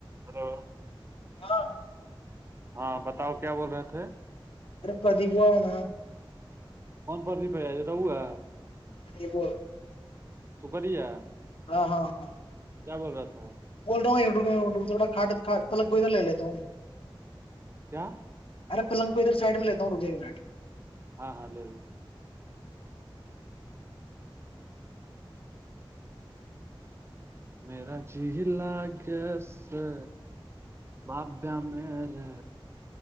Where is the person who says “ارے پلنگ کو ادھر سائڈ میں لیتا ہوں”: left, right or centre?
Left